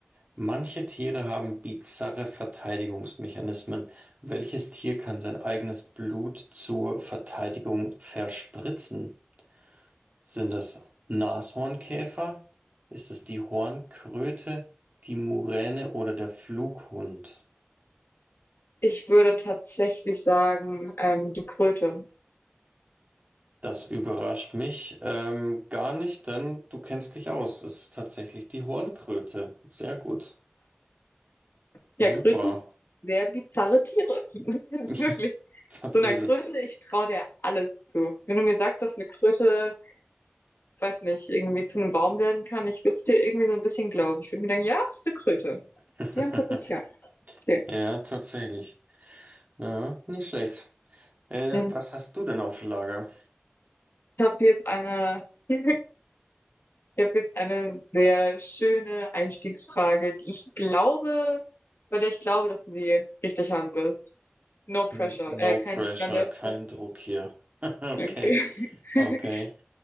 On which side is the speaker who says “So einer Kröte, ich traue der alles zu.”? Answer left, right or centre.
Left